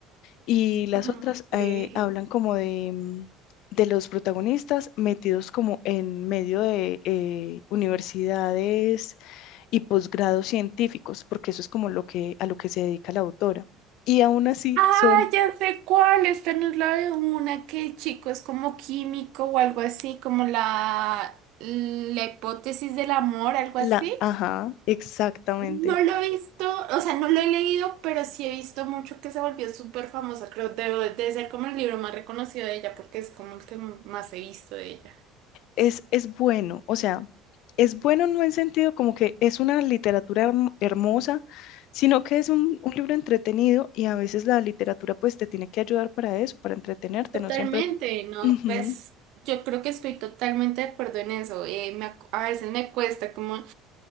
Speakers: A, on the left; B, on the right.
A: y las
B: mm,
A: otras
B: Ok.
A: eh, hablan como de, mm, de los protagonistas metidos como en medio de eh, universidades y posgrados científicos, porque eso es como lo que, a lo que se dedica la autora. Y aún así
B: Ah,
A: son
B: ya sé cuál. Esta no es la de una que el chico es como químico o algo así, como la, la hipótesis del amor, algo
A: la,
B: así.
A: ajá, exactamente.
B: No lo he visto, o sea, no lo he leído, pero sí he visto mucho que se volvió súper famosa. Creo que debe, debe ser como el libro más reconocido de ella, porque es como el que más he visto de ella.
A: Es, es bueno, o sea, es bueno no en sentido como que es una literatura herm- hermosa, sino que es un, un libro entretenido y a veces la literatura pues te tiene que ayudar para eso, para entretenerte,
B: Totalmente,
A: no siempre
B: ¿no?
A: Ujú.
B: Pues yo creo que estoy totalmente de acuerdo en eso. Eh, me ac- a veces me cuesta como